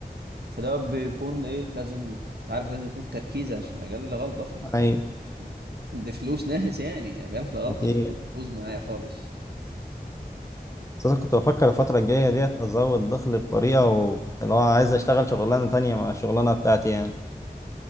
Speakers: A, on the right; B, on the left.
A: فده بيكون ايه لازم انت عارف لازم يكون تركيز عشان اقل غلطه في ال-
B: ايوه
A: عند فلوس ناس يعني اقل غلطه
B: اكيد
A: الدنيا بتبوظ معايا خالص
B: اساسا كنت بفكر الفتره الجايه ديت ازود دخل بطريقه وكنت لو عايز اشتغل شغلانه تانية مع الشغلانه بتاعتي يعني